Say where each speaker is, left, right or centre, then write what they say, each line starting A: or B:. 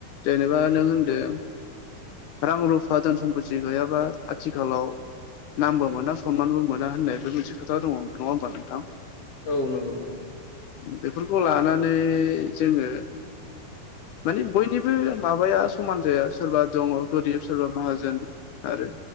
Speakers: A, on the left; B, on the left.
A: जेनेबा नों होनदों रां रुफा धोन सम्फति गैयाबा आथिखालाव नामबो मोना सनमानबो मोना होननायबो मोनसे खोथा दङ नङा होमबा नोंथां।
B: औ नंगौ नंगौ।
A: बेफोरखौ लानानै जोङो माने बयनिबो माबाया समान जाया सोरबा दङ गोरिब सोरबा माहाजोन। आरो